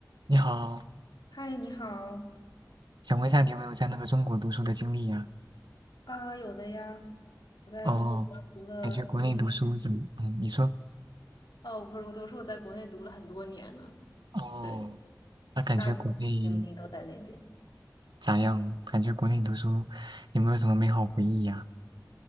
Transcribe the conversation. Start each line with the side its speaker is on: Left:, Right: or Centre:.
Right: 你好，
Left: 嗨，你好
Right: 想问一下你有没有在那个中国读书的经历呀、
Left: 啊，有的呀，我在中国读了很多年，
Right: 哦，感觉国内读书怎么？嗯，你说。
Left: 哦，不是，我我说我在国内读了很多年呢。
Right: 哦，
Left: 对，
Right: 那感觉国内
Left: 大部分精力都在那边。
Right: 咋样？感觉国内读书有没有什么美好回忆呀、